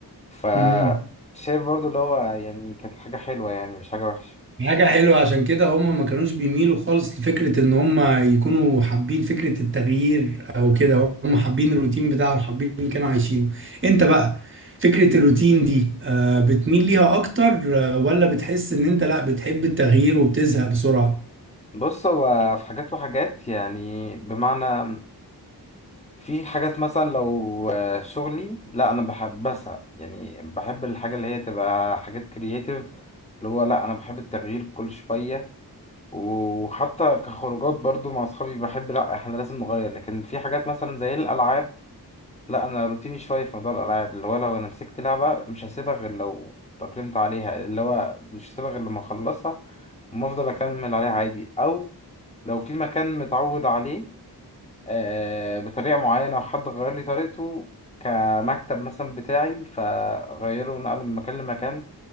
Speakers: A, on the left; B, on the right.
A: ف
B: مم.
A: شايف برضو اللي هو يعني كانت حاجة حلوة يعني مش حاجة وحشة
B: حاجة حلوة عشان كده هم ما كانوش بيميلوا خالص لفكرة ان هم يكونوا حابين فكرة التغيير او كده هم حابين الروتين بتاعهم حابين اللي كانوا عايشينه انت بقى فكرة الروتين دي آه، بتميل ليها اكتر آه، ولا بتحس ان انت لا بتحب التغيير وبتزهق بسرعة
A: بص هو في حاجات وحاجات يعني بمعنى في حاجات مثلا لو آه، شغلي لا انا بحب بسعى يعني بحب الحاجة اللي هي تبقى حاجات كرياتيف اللي هو لا انا بحب التغيير كل شوية وحتى كخروجات برضو مع اصحابي بحب لا احنا لازم نغير لكن في حاجات مثلا زي الالعاب لا انا روتيني شويه في موضوع الالعاب اللي هو لو انا مسكت لعبه مش هسيبها غير لو تأقلمت عليها اللي هو مش هسيبها غير لما اخلصها وما افضل اكمل عليها عادي او لو في مكان متعود عليه آه بطريقه معينه وحد غير لي طريقته كمكتب مثلا بتاعي فغيره ونقله من مكان لمكان